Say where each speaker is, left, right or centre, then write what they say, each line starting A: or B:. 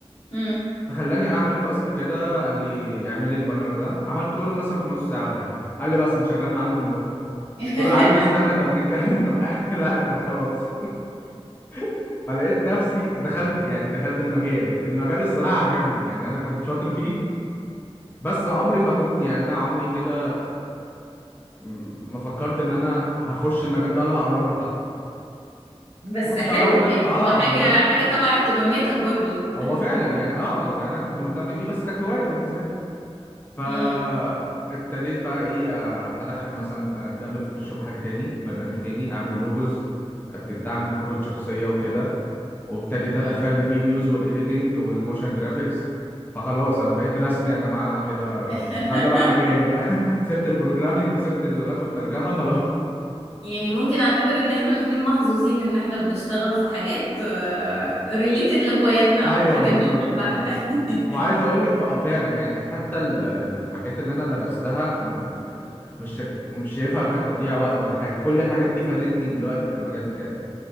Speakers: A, on the left; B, on the left.
A: مم.
B: فخلاني اعمل تاسك كده قال لي اعمل لي البانر ده عملته له مثلا في نص ساعه ولا حاجه قال لي بس انت شغال معانا من بكره
A: <laughs>
B: قلت له يا عم استنى طب نتكلم طب إح- <laughs> لا انت خلاص <laughs> فلقيت نفسي دخلت يعني دخلت المجال المجال الصراحه عجبني يعني انا كنت شاطر فيه بس عمري ما كنت يعني انا عمري كده م- ما فكرت ان انا هخش المجال ده ولا هقرب له حتى
A: بس
B: واحده
A: حلو
B: واحده
A: يعني
B: اه
A: هو حاجة
B: هو جميل
A: حاجة تبع اهتماماتك برضو
B: هو فعلا يعني اه يعني انا كنت مهتم بيه بس كانت هوايه بالنسبه لي فابتديت
A: مم.
B: بقى ايه آه، ادخل مثلا آه، جنب الفوتوشوب حاجة تاني برنامج تاني اعمل لوجوز ابتديت اعمل كروت شخصية وكده وابتديت
A: مم.
B: ادخل الفيديوز والايديتنج والموشن جرافيكس فخلاص انا بقيت رسمي يا جماعة كده
A: <laughs>
B: ده, ده بقى مجالي بقى <laughs> سبت البروجرامينج وسبت اللغات والترجمة خلاص
A: يعني ممكن اعتبر ان احنا الاتنين محظوظين ان احنا بنشتغل في حاجات ريليتد لهواياتنا او
B: ايوه
A: حاجات
B: بالظبط
A: بنحبها
B: بالظبط وعايز
A: <laughs>
B: اقول لك فعلا يعني حتى ال- الحاجات اللي انا درستها م- مش شاك- مش شايفها كتضييع وقت ولا حاجه كل الحاجات دي فادتني دلوقتي في المجال بتاعي